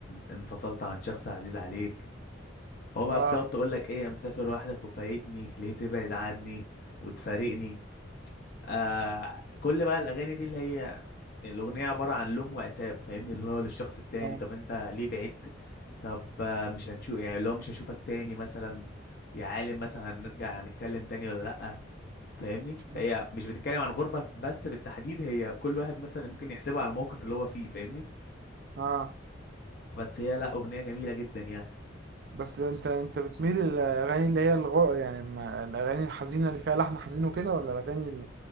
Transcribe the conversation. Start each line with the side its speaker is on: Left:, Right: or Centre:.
Left: انفصلت عن شخص عزيز عليك هو بقى
Right: اه
Left: بتقعد تقول لك إيه يا مسافر وحدك وفايتني ليه تبعد عني وتفارقني آه كل بقى الاغاني دي اللي هي الاغنيه عباره عن لوم وعتاب فاهمني اللي هو للشخص التاني
Right: اه
Left: طب انت ليه بعدت طب آه، مش هنشوف يعني اللي هو مش هشوفك تاني مثلا يا عالم مثلا هنرجع نتكلم تاني ولا لأ فاهمني
Right: اه
Left: فهي مش بتتكلم عن غربه بس بالتحديد هي كل واحد مثلا ممكن يحسبها على الموقف اللي هو فيه فاهمني
Right: آه.
Left: بس هي لا اغنيه جميله جدا يعني
Right: بس انت انت بتميل للاغاني اللي هي الغو يعني ما- الاغاني الحزينه اللي فيها لحن حزين وكده ولا الاغاني اللي...